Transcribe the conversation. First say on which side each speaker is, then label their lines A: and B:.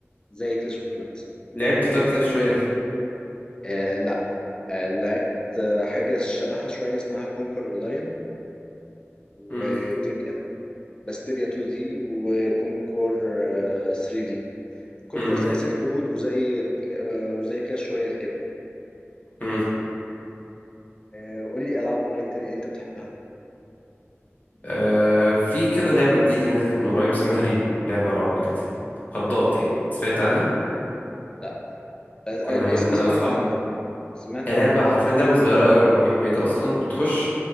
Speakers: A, on the left (about 20°); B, on the left (about 35°).
A: زي كلاش اوف كلانس
B: لعبت طب كلاش رويال
A: آه لا آه لعبت آه، حاجة شبهها شوية اسمها كونكر اونلاين وتبيا
B: مم.
A: بس تبيا 2 دي وكونكر 3 دي كونكر
B: مم.
A: زي سيلك رود وزي كلا- آه، وزي كلاش رويال كده
B: مم.
A: آه قول لي العاب اونلاين تاني انت بتحبها
B: آه في كده لعبة جديدة نزلت من قريب اسمها ريبو لعبة رعب كده خضات يعني سمعت عنها
A: لا آه، آه،
B: كنا
A: الاسم
B: عاملينها
A: سمعت
B: انا واصحابي
A: عنه سمعت
B: هي
A: عن
B: لعبة حرفيا لعبة صغيرة قوي 400 ميجا اصلا بتخش